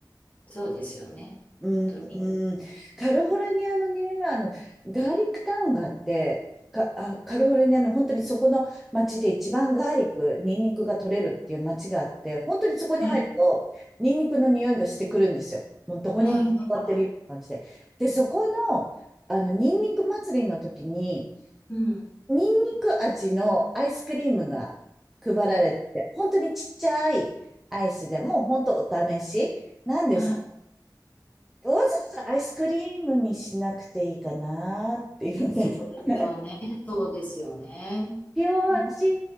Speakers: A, on the left; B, in the centre.
A: そうですよね。
B: うん、
A: 本当に。
B: うん、カリフォルニアのね、あの、ガーリックタウンがあって、か、あ、カリフォルニアの本当にそこの町で一番ガーリック、ニンニクが取れるっていう町があって、本当にそこに入ると、
A: はい。
B: ニンニクの匂いがしてくるんですよ。もうどこに座ってるような感じで。
A: はい。はい
B: で、そこの、あの、ニンニク祭りの時に、
A: うん。
B: ニンニク味のアイスクリームが配られてて、本当にちっちゃいアイスでも、本当お試しなんですけど
A: はい。
B: わざわざアイスクリームにしなくていいかなっていうね。
A: そうですよね。
B: <laughs>
A: そうですよね。
B: 塩味
A: うん。